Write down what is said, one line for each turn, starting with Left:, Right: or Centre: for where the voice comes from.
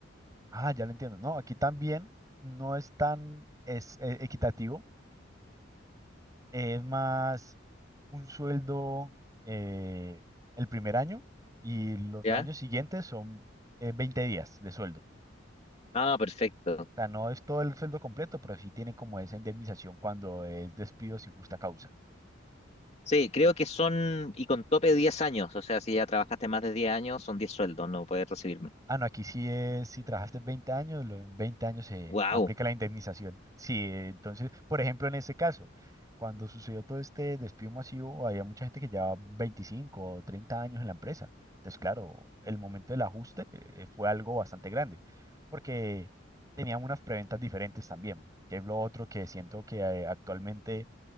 Right: Ah, ya lo entiendo. No, aquí también no es tan es, eh, equitativo. Es más un sueldo eh, el primer año y los
Left: ¿ya?
Right: años siguientes son eh, 20 días de sueldo. O
Left: Ah, perfecto.
Right: sea, no es todo el sueldo completo, pero sí tiene como esa indemnización cuando es despido sin justa causa.
Left: Sí, creo que son, y con tope de 10 años, o sea, si ya trabajaste más de diez años, son 10 sueldos, no puedes recibirme.
Right: Ah, no, aquí sí es, si trabajaste 20 años, los 20 años se
Left: ¡Wow!
Right: aplica la indemnización. Sí, eh, entonces, por ejemplo, en este caso, cuando sucedió todo este despido masivo, había mucha gente que llevaba 25 o 30 años en la empresa. Entonces, claro, el momento del ajuste eh, eh, fue algo bastante grande, porque tenían unas preventas diferentes también, que es lo otro que siento que eh, actualmente